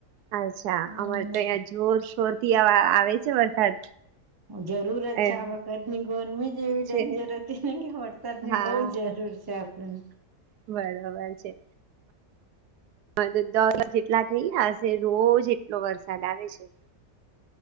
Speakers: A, on the right; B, on the right.
A: અચ્છા
B: હમ્મ
A: અમારે તો અહં જોરશોર થી આવે છે વરસાદ
B: જરૂરત
A: એમ
B: છે આ વખતની ગરમી જેવી ડેન્જર
A: છે
B: હતી ને કે વરસાદની
A: હા
B: બહુ જરૂર છે હં
A: બરોબર છે. હા તો દર જેટલા થઈ ગયા હશે રોજ એટલો વરસાદ આવે છે.